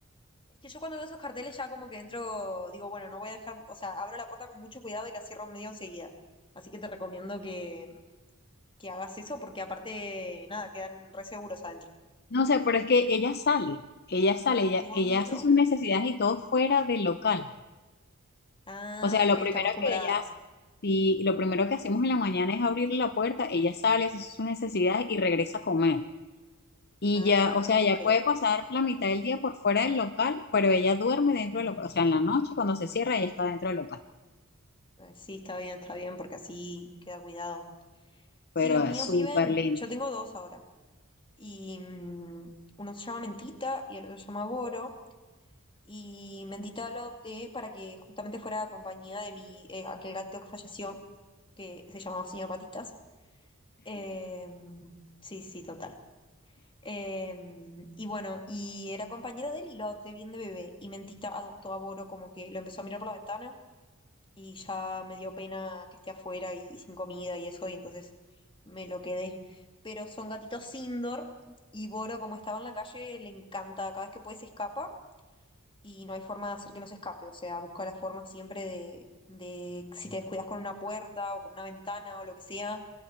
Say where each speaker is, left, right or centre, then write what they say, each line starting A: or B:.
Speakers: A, on the left; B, on the left.
A: Es que yo cuando veo esos carteles ya como que entro, digo, bueno, no voy a dejar, o sea, abro la puerta con mucho cuidado y la cierro medio enseguida. Así que te recomiendo que, que hagas eso porque aparte, nada, quedan re seguros adentro.
B: No sé, pero es que ella sale, ella sale, ella,
A: Claro.
B: ella hace sus necesidades y todo fuera del local.
A: Ah,
B: O sea, lo
A: ok, está
B: primero
A: acostumbrada.
B: que ella hace, si lo primero que hacemos en la mañana es abrir la puerta, ella sale, hace sus necesidades y regresa a comer. Y
A: Ah,
B: ya, o sea,
A: ok.
B: ella puede pasar la mitad del día por fuera del local, pero ella duerme dentro del local. O sea, en la noche cuando se cierra, ella está dentro del local.
A: ok. Sí, está bien, está bien, porque así queda cuidado. Sí,
B: Pero
A: los míos
B: es súper
A: viven,
B: lindo.
A: yo tengo dos ahora, y mm, uno se llama Mentita y el otro se llama Boro, y Mentita lo adopté para que justamente fuera compañía de mi, eh, aquel gato que falleció, que se llamaba Señor Patitas. Eh, sí, sí, total. Em, y bueno, y era compañera de él y lo adopté bien de bebé. Y Mentita adoptó a Boro como que lo empezó a mirar por la ventana y ya me dio pena que esté afuera y sin comida y eso, y entonces me lo quedé. Pero son gatitos indoor y Boro, como estaba en la calle, le encanta. Cada vez que puede se escapa y no hay forma de hacer que no se escape. O sea, busca la forma siempre de, de si te descuidas con una puerta o con una ventana o lo que sea,